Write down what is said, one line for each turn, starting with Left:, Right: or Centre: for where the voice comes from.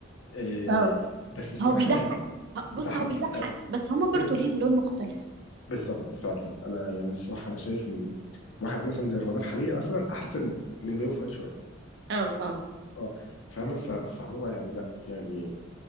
Left: آه،
Right: اه
Left: بس الصراحه
Right: هو بيضحك
Left: يعني
Right: بص
Left: ضحك
Right: هو بيضحك
Left: آه،
Right: بس هما
Left: كده
Right: برضه
Left: ك-
Right: ليهم لون مختلف
Left: بالظبط فعلا انا يعني الصراحه انا شايف ان واحد مثلا زي رمضان حريقه مثلا احسن من بيومي فؤاد شويه
Right: اه اه
Left: اه فاهمه ف- فهو يعني لا يعني